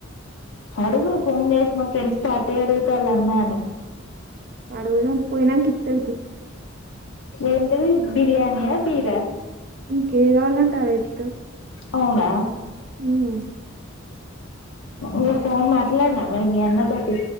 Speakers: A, on the left; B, on the right.
A: అడుగు ఫోన్ జేసి, మా ఫ్రెండ్స్ పార్టీ అడుగుతన్లు అన్నా అని.
B: అడుగుదాం, పోయినంక ఇత్తాడు తీ.
A: ఏంటిది బిర్యానీయా, బీరా?
B: నీకేది గావాలంటే, అదే ఇత్తు.
A: అవునా.
B: ఉమ్.
A: నువ్ ఫోన్ మట్లాడినవా మరి, మీ అన్న తోటి.